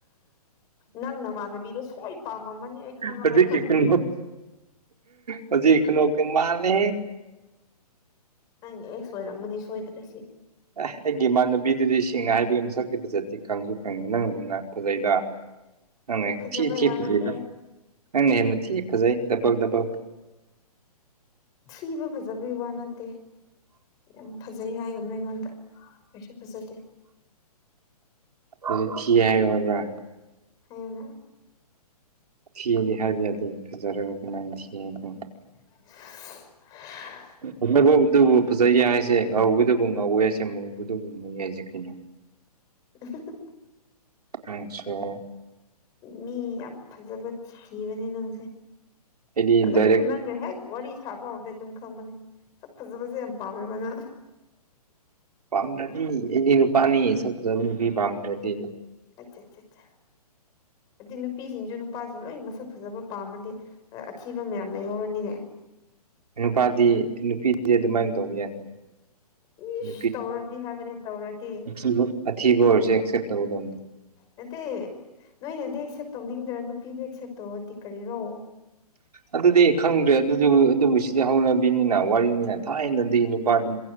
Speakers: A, on the left; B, on the right.
A: ꯅꯪ ꯅꯃꯥꯟꯅꯕꯤꯗ ꯁꯣꯏ ꯄꯥꯝꯃꯝꯃꯅꯤ ꯑꯩ ꯈꯪꯉꯕꯅꯤ
B: ꯍꯧꯖꯤ ꯀ ꯄ ꯏꯈ ꯅꯣ ꯀ ꯃꯥꯜ ꯅ
A: ꯅꯪꯒꯤ ꯑꯦ ꯁꯣꯏꯔꯝꯝꯕꯅꯤ ꯁꯣꯏꯗ꯭ꯔꯁꯤ
B: ꯑꯦ ꯑꯩꯒꯤ ꯏꯃꯥꯟꯅꯕꯤꯗꯨꯗꯤ ꯏꯁꯦꯡꯅ ꯍꯥꯏꯕꯤꯒꯤ ꯃꯁꯛꯤ ꯐꯖꯠꯇꯤ ꯈꯪꯁꯨ ꯈꯪꯉꯤ ꯅꯪꯅꯤꯅ ꯐꯖꯩꯗ ꯑꯅ
A: ꯐꯖꯕꯩ
B: ꯊꯤ ꯊꯤ
A: ꯋꯥ
B: ꯐꯖꯩ
A: ꯅꯠꯇꯦ
B: ꯅꯪꯅ ꯍꯦꯜꯅ ꯊꯤ ꯐꯖꯩ ꯗꯕꯜ ꯗꯕꯜ
A: ꯊꯤꯕ ꯐꯖꯕꯩ ꯋꯥ ꯅꯠꯇꯦ ꯌꯥꯝ ꯐꯖꯩ ꯍꯥꯏꯒꯅꯨ ꯑꯩꯉꯣꯟꯗ ꯀꯩꯁꯨ ꯐꯖꯗꯦ
B: ꯍꯧꯛ ꯀꯤ ꯍꯥꯏꯌꯨ ꯍꯥꯏꯕ꯭ꯔꯥ
A: ꯍꯅ
B: ꯊꯤꯗꯤ ꯍꯥꯏꯕ ꯌꯥꯗꯦ ꯐꯖꯔꯒ ꯑꯗꯨꯃꯥꯏ ꯊꯤꯗꯣ
A: <inaudible>
B: ꯐꯅꯕꯧꯗꯨꯕꯨ ꯐꯖꯩ ꯌꯥꯏ ꯍꯥꯏꯁꯦ ꯉꯧꯕꯗꯨꯕꯨ ꯉꯧꯋꯦ ꯍꯥꯏꯁꯦ ꯉꯧꯕꯗꯨꯕꯨ ꯖ ꯀꯅꯨ
A: <inaudible>
B: ꯑꯆꯥꯣ
A: ꯃꯤ ꯌꯥꯝ ꯐꯖꯕ ꯊꯤꯕꯅꯦ ꯅꯪꯁꯦ
B: ꯑꯩꯗꯤ
A: ꯑꯗꯨꯝ
B: ꯗꯥꯏꯔꯦꯛ
A: ꯅꯪꯅ ꯍꯦꯛ ꯋꯥꯔꯤ ꯁꯥꯕ ꯍꯥꯎꯗꯩ ꯑꯗꯨꯝ ꯈꯪꯕꯅꯦ ꯁꯠ ꯐꯖꯕꯁꯦ ꯌꯥꯝ ꯄꯥꯝꯃꯦꯕꯅ
B: ꯄꯝ ꯔꯗꯤꯅ ꯄꯅꯤ ꯁ ꯆ ꯄ ꯄꯝ ꯔꯗꯤ
A: ꯑꯠꯆꯥ ꯑꯠꯆꯥ ꯑꯠꯆꯥ ꯍꯥꯏꯗꯤ ꯅꯨꯄꯤꯁꯤꯡꯁꯨ ꯅꯨꯄꯥꯁꯤꯡ ꯂꯣꯏ ꯃꯁꯛ ꯐꯖꯕ ꯄꯥꯝꯃꯗꯤ ꯑꯊꯤꯕ ꯃꯌꯥꯝ ꯂꯩꯍꯧꯔꯅꯤꯅꯦ
B: ꯅꯨꯄꯥꯗꯤ ꯅꯨꯄꯤꯗꯤ ꯑꯗꯨꯃꯥꯏꯅ ꯇꯧꯕ ꯌꯥꯗꯦ
A: ꯏꯁ
B: ꯅꯨ
A: ꯇꯧꯔꯗꯤ ꯍꯥꯏꯕꯅꯦ ꯇꯧꯔꯗꯤ
B: ꯑꯊꯤꯕ ꯑꯣꯏꯔꯁꯨꯦ ꯑꯦꯛꯁꯦꯞ ꯇꯧꯒꯗꯕꯅꯤ
A: ꯅꯠꯇꯦ ꯅꯣꯏꯅꯗꯤ ꯑꯦꯛꯁꯦꯞ ꯇꯧꯅꯤꯡꯗꯔ ꯅꯨꯄꯤꯗ ꯑꯦꯛꯁꯦꯞ ꯇꯧꯔꯗꯤ ꯀꯔꯤꯔꯣ
B: ꯑꯗꯨꯗꯤ ꯈꯪꯗ꯭ꯔꯦ ꯑꯗꯨ ꯑꯗꯨꯕꯨ ꯁꯤꯗꯤ ꯍꯧꯅꯕꯤꯅꯤꯅ ꯋꯥꯔꯤꯅꯤꯅ ꯊꯥꯏꯅꯗꯤ ꯅꯨꯄꯥꯗꯤ